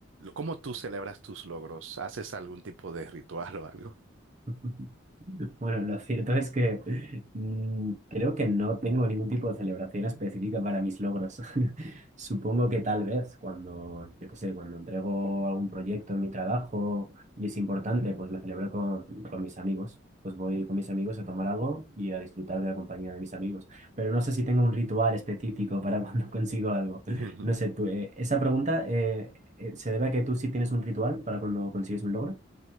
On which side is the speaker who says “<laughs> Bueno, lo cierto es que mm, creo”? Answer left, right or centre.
Right